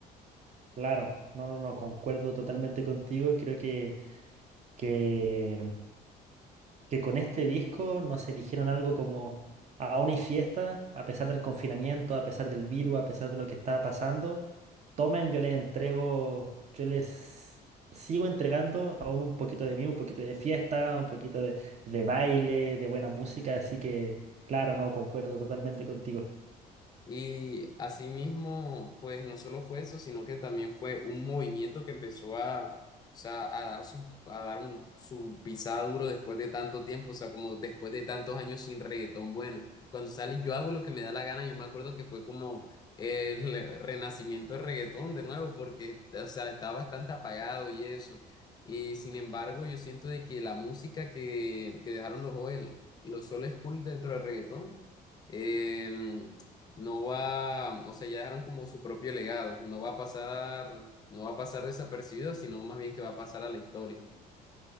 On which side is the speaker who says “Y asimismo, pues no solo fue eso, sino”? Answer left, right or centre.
Left